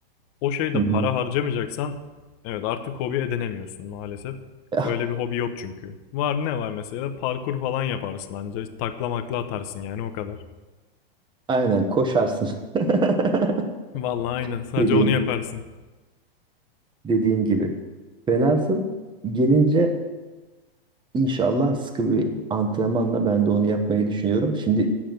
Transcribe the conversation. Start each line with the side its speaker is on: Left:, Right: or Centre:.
Left: o şeyde
Right: Hı hı.
Left: para harcamayacaksan evet artık hobi edinemiyorsun maalesef.
Right: Ya,
Left: Öyle bir hobi yok çünkü. Var ne var mesela parkur falan yaparsın ancak taklamakla atarsın yani o kadar.
Right: Aynen koşarsın. <laughs>
Left: Vallahi aynen sadece
Right: Dediğin,
Left: onu yaparsın.
Right: dediğin gibi. Velhasıl gelince inşallah sıkı bir antrenmanla ben de onu yapmayı düşünüyorum. Şimdi